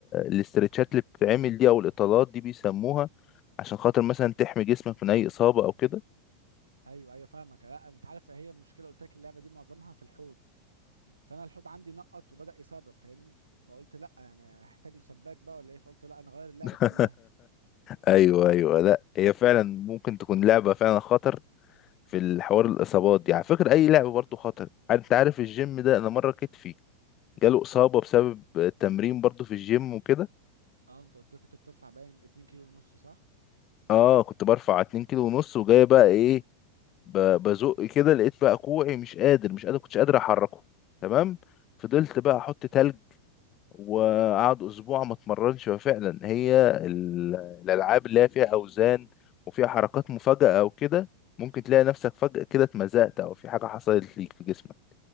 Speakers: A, on the left; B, on the right.
A: الاسترتشات اللي بتتعمل دي او الاطالات دي بيسموها عشان خاطر مثلا تحمي جسمك من اي اصابة او كده
B: ايوه ايوه فاهمك لا انت عارف هي المشكله قلت لك اللعبه دي معظمها في الحوض فانا الحوض عندي نقط وبدأ يسرب فاهمني فقلت لا يعني هحتاج له سباك بقى ولا ايه فقلت لا انا غير اللعبه
A: <laughs>
B: كلها
A: ايوه ايوه لا هي فعلا ممكن تكون لعبة فعلا خطر في الحوار الاصابات دي على فكرة اي لعبة برضو خطر عارف- انت عارف الجيم ده انا مرة كتفي جاله إصابة بسبب التمرين برضو في الجيم وكده
B: اه انت قلت لي كنت بترفع باين 2 كيلو ونص صح
A: اه كنت برفع اتنين كيلو ونص وجاي بقى ايه ب- بزق كده لقيت بقى كوعي مش قادر مش قادر كنتش قادر احركه تمام فضلت بقى احط تلج وقعد اسبوع ما اتمرنش ففعلا هي ال- الالعاب اللي هي فيها اوزان وفيها حركات مفاجأة او كده ممكن تلاقي نفسك فجأة كده اتمزقت او في حاجة حصلت ليك في جسمك